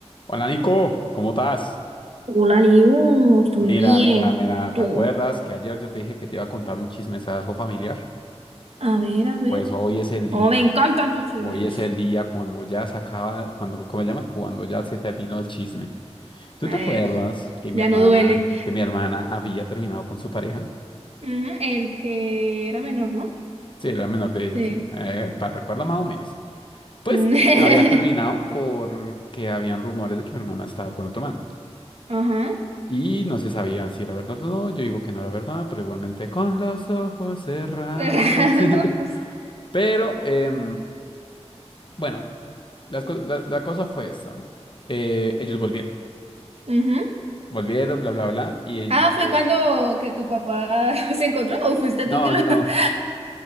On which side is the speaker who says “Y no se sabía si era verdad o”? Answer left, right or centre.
Left